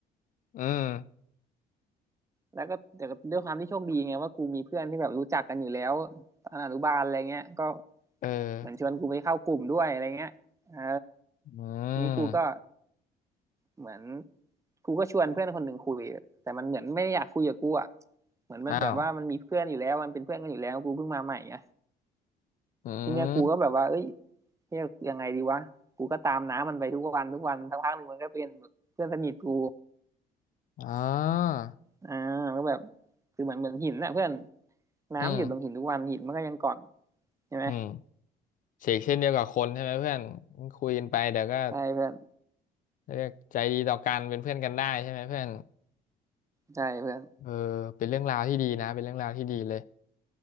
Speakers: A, on the left (about 50°); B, on the right (about 20°).
A: อืม
B: แล้วก็แต่ด้วยความที่โชคดีไงว่ากูมีเพื่อนที่แบบรู้จักกันอยู่แล้วตอนอนุบาลอะไรเงี้ยก็
A: เออ
B: เหมือนชวนกูไปเข้ากลุ่มด้วยอะไรเงี้ยเออ
A: อื
B: ทีนี้กูก็
A: ม
B: เหมือนกูก็ชวนเพื่อนคนหนึ่งคุยแต่มันเหมือนไม่ได้อยากคุยกับกูอ่ะเหมือนมันแบบว่ามันมีเพื่อนอยู่แล้วมันเป็นเพื่อนกันอยู่แล้วกูเพิ่งมาใหม่ไง
A: อ้าวอืม
B: ทีเนี้ยกูก็แบบว่าเอ้ย เรียกยังไงดีวะกูก็ตามน้ำมันไปทุกวันทุกวันสักพักหนึ่งมันก็เป็นแบบเพื่อนสนิทกู
A: อ๋อ
B: อ่าก็แบบคือเหมือนเหมือนหินนะเพื่อนน้ำหยุดลงหินทุกวันหินมันก็ยังก่อน
A: อืม
B: ใช่ไหม
A: อืมเฉกเช่นเดียวกับคนใช่ไหมเพื่อนคุยกันไปเดี๋ยวก็
B: ใช่เพื่อน
A: เรียกใจดีต่อกันเป็นเพื่อนกันได้ใช่ไหมเพื่อน
B: ใช่เพื่อน
A: เออเป็นเรื่องราวที่ดีนะเป็นเรื่องราวที่ดีเลย